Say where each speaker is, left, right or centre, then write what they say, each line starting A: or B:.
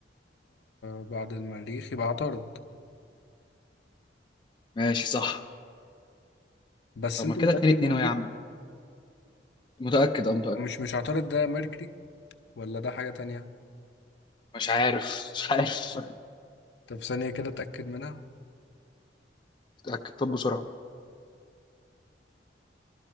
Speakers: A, on the left (about 70°); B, on the left (about 25°).
A: بعد المريخ يبقى عطارد
B: ماشي صح
A: بس
B: طب
A: انت
B: ما كده
A: متاكد
B: 2 2
A: من
B: اهو
A: دي
B: يا عم متأكد اه متأكد
A: مش مش عطارد ده ميركوري ولا ده حاجه تانية
B: مش عارف مش عارف
A: طب ثانيه كده اتاكد منها
B: اتاكد طب بسرعه